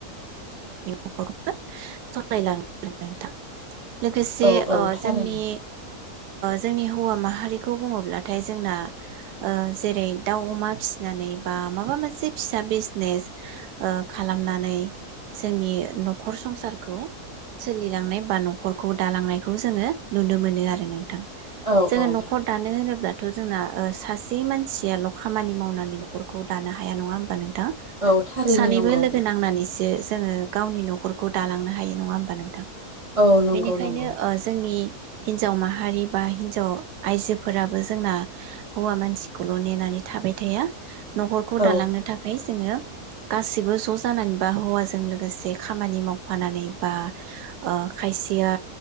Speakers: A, on the right; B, on the right.
A: बेफोरखौ <inaudible> <unintelligible> लोगोसे
B: औ औ
A: अ
B: थारैनो
A: जोंनि जोंनि हौवा माहारिखौ बुङोब्लाथाय जोंना जेरै दाउ अमा फिसिनानै बा माबा मोनसे फिसा बिजिनेस खालामनानै जोंनि न'खर संसारखौ सोलिलांनाय बा न'खरखौ दालांनायखौ जोङो नुनो मोनो आरो नोंथां।
B: औ
A: जोङो
B: औ
A: न'खर दानो होनोब्ला थ' जोंना सासे मानसियाल' खामानि मावनानै न'खरखौ दानो हाया नङा होमबा नों थां
B: औ थारैनो
A: सानैबो
B: नंगौ
A: लो गो नांनानैसो जोङो गावनि न'खरखौ दालांनो हायो नङा होमबा नोंथां।
B: औ नंगौ
A: बेनिखायनो
B: नंगौ
A: जोंनि हिन्जाव माहारि बा हिन्जाव आयजोफोराबो जोंना हौवा मानसिखौल' नेनानै थाबाय थाया। न'खरखौ
B: औ
A: दालांनो थाखाय जोङो गासिबो ज जानानै बा हौवाजों लोगोसे खामानि मावफानानै बा खायसेया